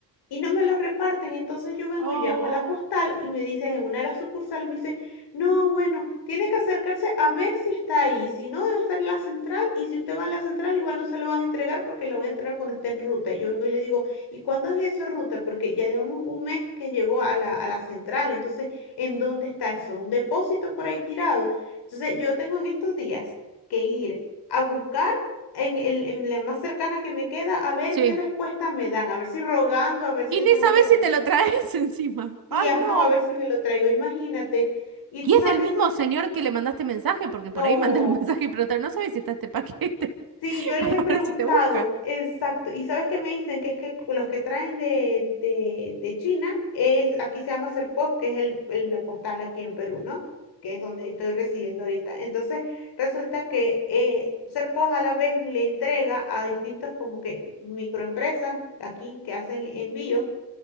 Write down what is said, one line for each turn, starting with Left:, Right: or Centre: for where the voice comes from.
Left: y no me los reparten. Entonces yo vengo
Right: Oh.
Left: y llamo a la postal y me dicen en una de las sucursales, me dicen, no, bueno, tiene que acercarse a ver si está ahí. Si no, debe estar en la central. Y si usted va a la central, igual no se lo van a entregar porque lo van a entregar cuando esté en ruta. Y yo vengo y le digo, ¿y cuándo es eso, ruta? Porque ya llevamos un mes que llegó a la, a la central. Entonces, ¿en dónde está eso? ¿Un depósito por ahí tirado? Entonces, yo tengo en estos días que ir a buscar en, el, en la más cercana que me queda a ver
Right: sí.
Left: qué respuesta me dan. A ver si rogando, a ver si
Right: Y
Left: esa
Right: ni
Left: gente
Right: sabes
Left: lo...
Right: si te lo traes <laughs> encima.
Left: Sí,
Right: Ay,
Left: ajá,
Right: no.
Left: o a ver si me lo traigo. Imagínate. Y
Right: Y
Left: tú sabes...
Right: es del mismo señor que le mandaste mensaje, porque
Left: No,
Right: por ahí mandé un mensaje y preguntar, no sabes si está este paquete
Left: sí,
Right: <laughs>
Left: yo les
Right: para
Left: he preguntado,
Right: ver si te busca.
Left: exacto, y sabes que me dicen que es que los que traen de, de, de China es, aquí se llama Serpost, que es el, el- la postal aquí en Perú, ¿no? Que es donde estoy residiendo ahorita. Entonces, resulta que eh, Serpost a la vez le entrega a distintos como que microempresas aquí que hacen envíos